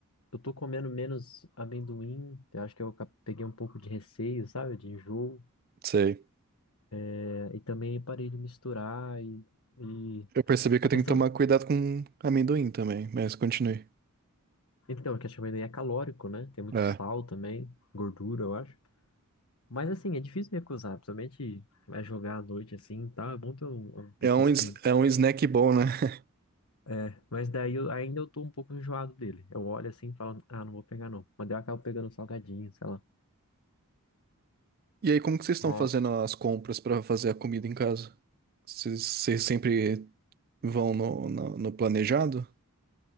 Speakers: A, on the left; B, on the right.
A: eu tô comendo menos amendoim, eu acho que eu ca- peguei um pouco de receio, sabe, de enjoo,
B: Sei.
A: É, e também parei de misturar e, e
B: Eu percebi que
A: a
B: eu tenho
A: questão.
B: que tomar cuidado com amendoim também, mas continue.
A: Então, a questão do amendoim é calórico, né? Tem muito
B: É.
A: sal também, gordura, eu acho. Mas, assim, é difícil me acusar, principalmente vai jogar à noite, assim, tá tal, é bom ter um, um
B: É
A: petisquinho.
B: um, es- é um snack bom, né? <laughs>
A: É, mas daí eu, ainda eu tô um pouco enjoado dele. Eu olho assim e falo, ah, não vou pegar não. Mas daí eu acabo pegando um salgadinho, sei
B: E aí, como que vocês estão
A: lá.
B: fazendo as compras pra fazer a comida em casa? Vocês vocês sempre vão no, no, no planejado?